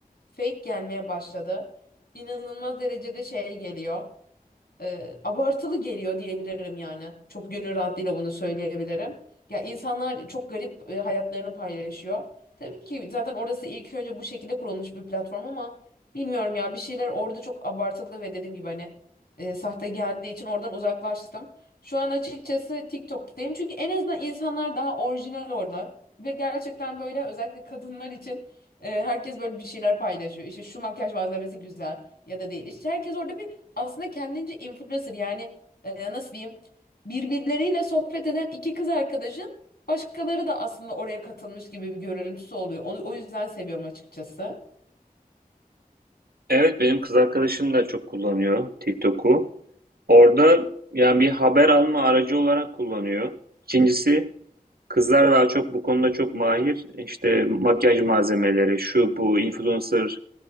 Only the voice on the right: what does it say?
Evet, benim kız arkadaşım da çok kullanıyor TikTok'u. Orada yani bir haber alma aracı olarak kullanıyor. İkincisi kızlar daha çok bu konuda çok mahir. İşte makyaj malzemeleri, şu bu influencer